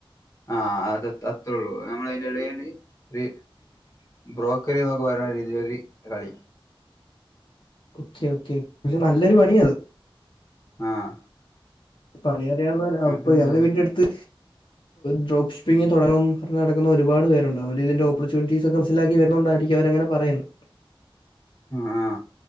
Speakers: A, on the left; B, on the left.
A: ആഹ് അത് അത്രുള്ളൂ നമ്മൾ അയിന്റെ എടേൽഇത് <unintelligible> നക്ക പറരുന്ന രീതിയിലൊരു കളി
B: ഓക്കെ ഓക്കെ പക്ഷെ നല്ലൊരു പണിയ അത്
A: ആഹ്
B: പണി അറിയന്ന അപ്പൊ
A: അതുണ്ട്
B: ഞങ്ങള് വീടി ന്റെ അടുത്ത് ഡ്രോ്ഷിങ് തുടങ്ങണംന്ന് പറഞ് നടക്കുന്ന ഒരുപാട് പേരുണ്ട് അവര് ഇതിന്റെ ഓപ്പർച്യണിറ്റീസ് ക്കെ മനസിലാക്കി വരുന്നുണ്ടായിരിക്ക അവങ്ങനെ പറയുന്നു
A: ആ